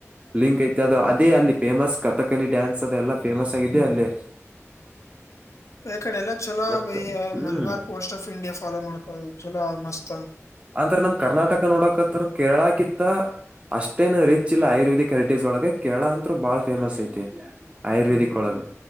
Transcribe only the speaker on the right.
ಲಿಂಕ್ ಐತಿ ಅದು ಅದೇ ಅಲ್ಲಿ ಫೇಮಸ್ ಕಥಕಲಿ ಡ್ಯಾನ್ಸ್ ಅದೆ ಎಲ್ಲಾ ಫೇಮಸ್ ಆಗಿದೆ
ಅಲ್ಲಿ
ಮತ್
ಹ್ಮ್
ಅಂದ್ರ ನಾಮ್ ಕರ್ನಾಟಕ ನೋಡಕ ಅತ್ರ ಕೇರಳ ಕಿತ್ತ ಅಷ್ಟೇ ರಿಚ್ ಇಲ್ಲ ಆಯುರ್ವೇದಿಕ್ ಹೆರಿಟೇಜ್ ಒಳಗ ಕೇರಳ ಅಂತರು ಬಾಳ ಫೇಮಸ್ ಐತಿ ಆಯುರ್ವೇದಿಕ್
ಒಳಗ